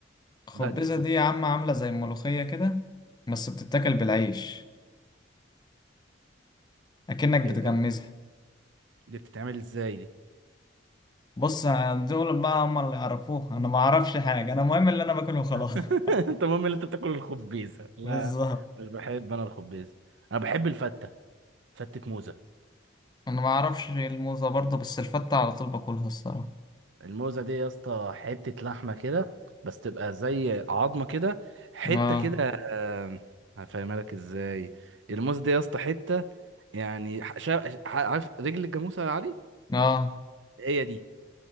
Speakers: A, on the left; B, on the right.
A: خبزة
B: لا دي خب
A: دي يا عم عاملة زي الملوخية كده بس بتتاكل بالعيش اكنك
B: إيه-
A: بتغمزها
B: دي بتتعمل ازاي دي
A: بص دول بقى هم اللي يعرفوه انا ما اعرفش حاجة انا المهم اللي انا باكله خلاص
B: <laughs>
A: <laughs>
B: انت المهم ان انت بتاكل الخبيزه لا
A: بالظبط
B: مش بحب انا الخبيزه انا بحب الفته فتة موزة
A: انا ما اعرفش الموزة برضه بس الفتة على طول باكلها الصراحة
B: الموزة دي يا اسطى حتة لحمة كده بس تبقى زي عظمة كده حتة
A: اه
B: كده آم، هفهمها لك ازاي الموزة دي يا اسطى حتة يعني ح- شا- ح- عارف رجل الجاموسة يا علي
A: اه
B: هي دي